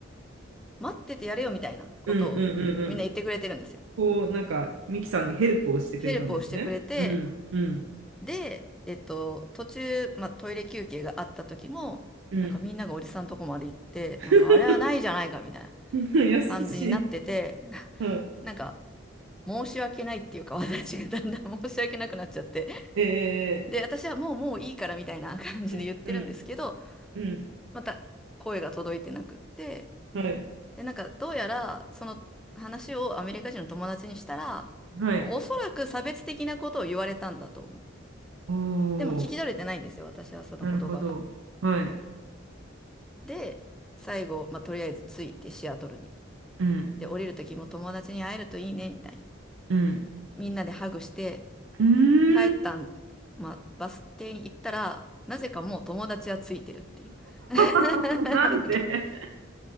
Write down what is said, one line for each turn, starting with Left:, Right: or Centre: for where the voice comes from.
Centre: 待っててやれよみたいなことをみんな言ってくれてるんですよ。
Right: うんうんうんうん。こう、なんか、ミキさんにヘルプをしてくれたんですね。
Centre: ヘルプをしてくれて、
Right: うんうん
Centre: で、えっと、途中、まあ、トイレ休憩があった時も、
Right: うん。
Centre: なんかみんながおじさんとこまで行って、
Right: <laughs>
Centre: なんかあれはないじゃないかみたいな
Right: 優しい。
Centre: 感じになってて、
Right: はい。
Centre: なんか申し訳ないっていうか、私がだんだん <laughs> 申し訳なくなっちゃって、
Right: え
Centre: で、私はもうもういいからみたいな感じで言ってるんですけど、
Right: ー、うんうんうん。
Centre: また声が届いてなくって、
Right: はい。
Centre: で、なんか、どうやら、その話をアメリカ人の友達にしたら、
Right: はい。
Centre: おそらく差別的なことを言われたんだと思う。
Right: おお、
Centre: でも聞き取れてないんですよ、私はその言葉が。
Right: なるほど。はい。
Centre: で、最後、まあ、とりあえず着いてシアトルに。
Right: うん
Centre: で、降りる時も友達に会えるといいね、みたいな。
Right: うん。
Centre: みんなでハグして、
Right: うーん。
Centre: 帰ったん、まあ、バス停に行ったら、なぜかもう友達はついてるっていう。<laughs>
Right: <laughs> なんで
Centre: なんか、